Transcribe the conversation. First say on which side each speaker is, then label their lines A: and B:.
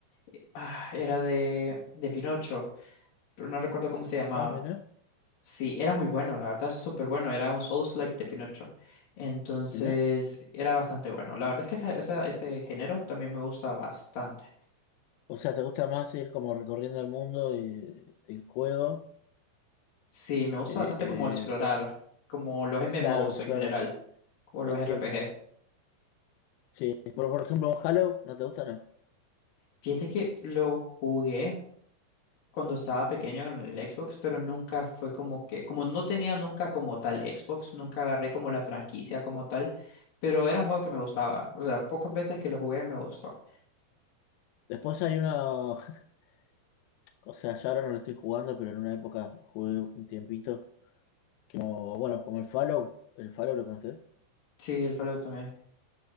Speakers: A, on the left (about 55°); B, on the left (about 85°).
A: eh, ah, Era de, de Pinocho, pero no recuerdo cómo se llamaba.
B: Ah, mirá,
A: Sí, era muy bueno, la verdad, súper bueno. Era un Souls-like de Pinocho. Entonces,
B: mirá.
A: era bastante bueno. La verdad es que esa- esa- ese género también me gusta bastante.
B: O sea, ¿te gusta más ir como recorriendo el mundo y el juego?
A: Sí, me gusta
B: Eh,
A: bastante como explorar, como los M
B: claro,
A: M Os
B: explorar.
A: en general, o los
B: Entiendo.
A: R P G.
B: Sí. Pero, por ejemplo, un Halo, ¿no te gusta? No.
A: Fíjate que lo jugué cuando estaba pequeño en el Xbox, pero nunca fue como que, como no tenía nunca como tal Xbox, nunca agarré como la franquicia como tal, pero era un juego que me gustaba. O sea, pocas veces que lo jugué me gustó.
B: Después hay uno, <laughs> o sea, yo ahora no lo estoy jugando, pero en una época jugué un tiempito. Como, bueno, como el Fallout. ¿El Fallout lo conoces?
A: Sí, el Fallout también.